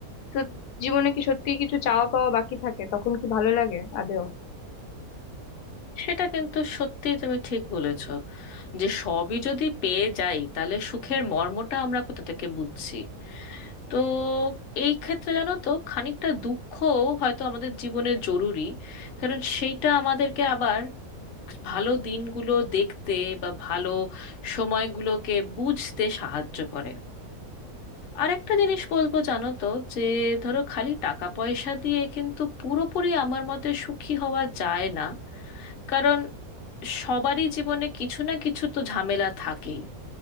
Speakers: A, on the left (about 85°); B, on the left (about 55°).
A: তো জীবনে কি সত্যিই কিছু চাওয়া পাওয়া বাকি থাকে তখন কি ভালো লাগে আদেও
B: সেটা কিন্তু সত্যি তুমি ঠিক বলেছ যে সবই যদি পেয়ে যাই তাহলে সুখের মর্মটা আমরা কোথা থেকে বুঝছি তো এই ক্ষেত্রে জানো তো খানিকটা দুঃখও হয়তো আমাদের জীবনে জরুরি কারণ সেইটা আমাদেরকে আবার ভালো দিনগুলো দেখতে বা ভালো সময়গুলোকে বুঝতে সাহায্য করে আরেকটা জিনিস বলবো জানো তো যে ধরো খালি টাকা পয়সা দিয়ে কিন্তু পুরোপুরি আমার মতে সুখী হওয়া যায় না কারণ সবারই জীবনে কিছু না কিছু তো ঝামেলা থাকেই